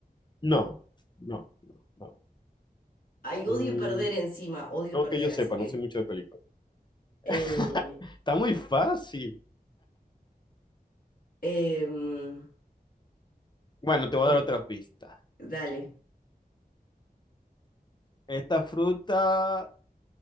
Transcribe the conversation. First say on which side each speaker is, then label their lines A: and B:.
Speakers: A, on the left (about 30°); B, on the left (about 60°).
A: No, no, no, no.
B: Ay,
A: Mm,
B: odio perder encima, odio
A: No
B: perder,
A: que yo sepa,
B: así que...
A: no sé mucho de películas.
B: eh,
A: <laughs> Está muy fácil.
B: em,
A: Bueno, te voy
B: por-
A: a dar otra pista.
B: dale,
A: Esta fruta